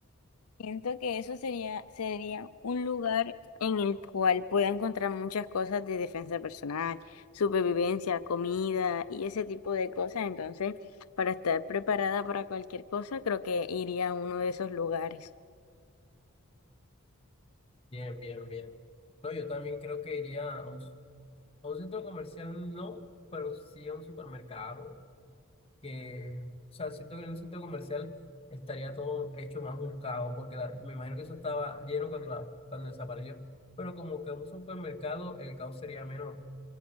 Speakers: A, on the left; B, on the left.
A: Siento que eso sería, sería un lugar en el cual pueda encontrar muchas cosas de defensa personal, supervivencia, comida y ese tipo de cosas. Entonces, para estar preparada para cualquier cosa, creo que iría a uno de esos lugares.
B: Bien, bien, bien. No, yo también creo que iría a un, a un centro comercial, no, pero sí a un supermercado. Que, o sea, siento que en un centro comercial estaría todo hecho más un caos, porque la- me imagino que eso estaba lleno cuando, la- cuando desapareció. Pero como que en un supermercado el caos sería menor.